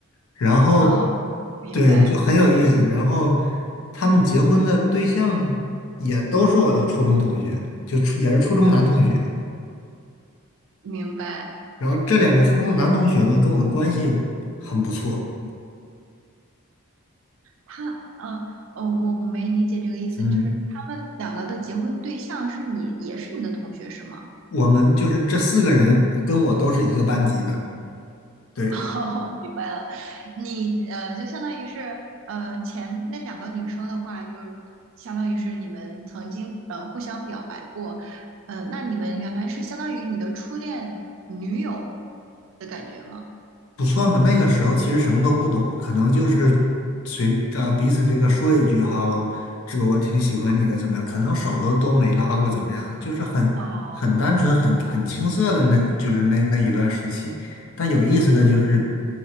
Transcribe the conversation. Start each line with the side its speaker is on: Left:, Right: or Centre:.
Left: 然后，
Right: 哦，明白
Left: 对，就很有意思。然后他们结婚的对象呢，也都是我的初中同学，就初也是初中男同学。
Right: 明白，
Left: 然后这两个初中男同学呢，跟我的关系又很不错，
Right: 他啊哦，我我没理解这个意思，
Left: 嗯，
Right: 就是他们两个的结婚对象是你，也是你的同学是吗？
Left: 我们就是这四个人跟我都是一个班级的，
Right: <laughs>
Left: 对。
Right: 哦，明白了，你呃，就相当于是呃，前那两个女生的话，又相当于是你们曾经呃互相表白过，呃，那你们原来是相当于你的初恋女友的感觉吗？
Left: 不算吧，那个时候其实什么都不懂，可能就是随呃彼此这个说一句哈，我这个我挺喜欢你的，怎么样？可能手都都没拉过，怎么样？就是很很单纯、
Right: 哦，
Left: 很很青涩的那，就是那那一段时期。但有意思的就是，